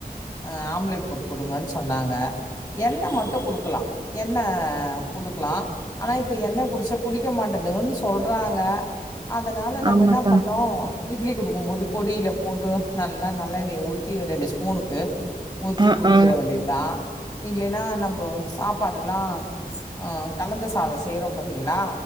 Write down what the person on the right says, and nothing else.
ஆமாக்கா
ஆ
ஆ